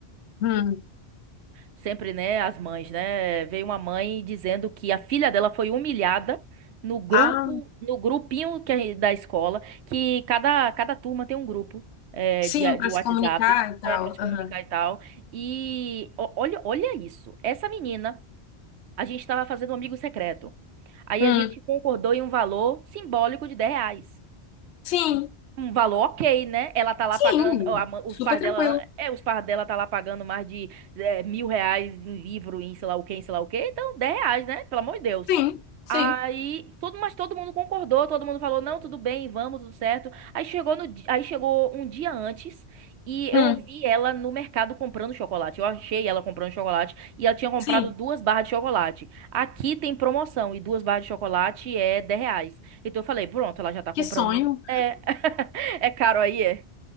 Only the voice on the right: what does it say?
Sempre, né, as mães, né? Veio uma mãe dizendo que a filha dela foi humilhada no grupo,
no grupinho que é da escola, que cada, cada turma tem um grupo é,
de,
de WhatsApp
é, para se
comunicar e tal. E o- olha, olha isso. Essa menina, a gente estava fazendo um amigo secreto. Aí
a gente concordou em um valor simbólico de dez reais
um valor ok, né? Ela tá lá
pagando, ó, a ma- os
pais
dela, é, os pais dela tá lá pagando mais de é, mil reais em livro, em sei lá o quê, em sei lá o quê, então dez reais, né? Pelo amor de Deus.
Aí, todo, mas todo mundo concordou, todo mundo falou, não, tudo bem, vamos, tudo certo. Aí chegou no, di- aí chegou um dia antes e eu
ouvi ela no mercado comprando chocolate. Eu achei ela comprando chocolate e ela tinha comprado
duas barras de chocolate. Aqui tem promoção e duas barras de chocolate é 10 reais. Então eu falei, pronto, ela já tá comprando.
É, <laughs> é caro aí, é?